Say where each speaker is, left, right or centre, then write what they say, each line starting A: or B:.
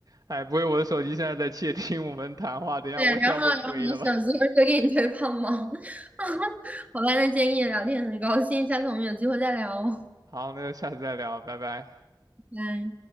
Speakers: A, on the right; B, on the right.
A: 哎，不会我的手机现在在窃听我们谈话，等一下我也要被推了吧？
B: 对，然后然后你的手机会给你推胖猫，<laughs> 好吧，那今天跟你聊天很高兴，下次我们有机会再聊哦
A: 好，那就下次再聊，拜拜。
B: 拜拜。